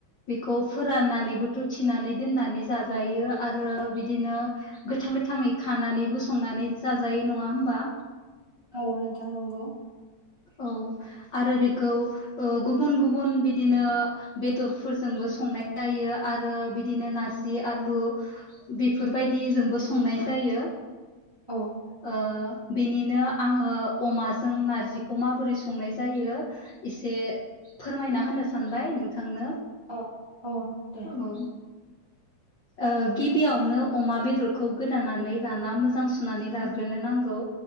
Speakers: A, on the left; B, on the right.
A: बेखौ फोराननानैबोथ' थिनानै दोननानै जाजायो आरो बिदिनो गोथां -गोथाङै खानानैबो संनानै जाजायो नङा होमबा?
B: औ नोंथां नंगौ।
A: औ आरो बेखौ ओ गुबुन गुबुन बिदिनो बेदरफोरजोंबो संनाय जायो आरो बिदिनो नारजि आलु बेफोरबायदि जोंबो संनाय जायो।
B: औ।
A: ओ बिनिनो आङो अमाजों नारजि बेखौ माबोरै संनाय जायो एसे फोरमायना होनो सानबाय नोंथांनो।
B: औ औ दे
A: औ। ओ गिबियावनो अमा बेदरखौ गोदानानै लाना मोजां सुनानै लाग्रोनो नांगौ।